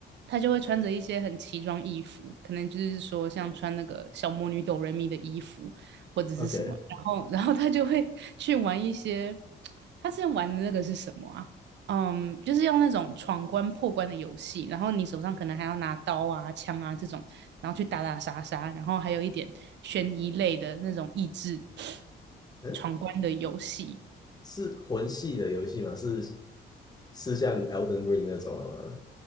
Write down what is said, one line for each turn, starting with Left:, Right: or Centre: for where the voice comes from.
Right: 他就会穿着一些很奇装异服，可能就是说像穿那个小魔女哆瑞咪的衣服或者是什么，
Left: OK，
Right: 然后然后他就会去玩一些，他之前玩的那个是什么啊？嗯，就是用那种闯关破关的游戏，然后你手上可能还要拿刀啊、枪啊这种，然后去打打杀杀，然后还有一点悬疑类的那种益智
Left: 嗯，
Right: 闯关的游戏。
Left: 是魂系的游戏吗？是是像 Elden Ring 那种吗？